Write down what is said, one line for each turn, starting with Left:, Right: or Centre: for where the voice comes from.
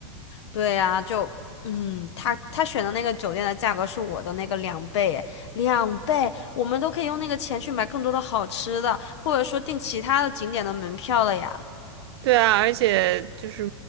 Left: 对呀，就嗯，他他选的那个酒店的价格是我的那个两倍诶两倍，我们都可以用那个钱去买更多的好吃的，或者说订其他的景点的门票了呀。
Right: 对啊，而且就是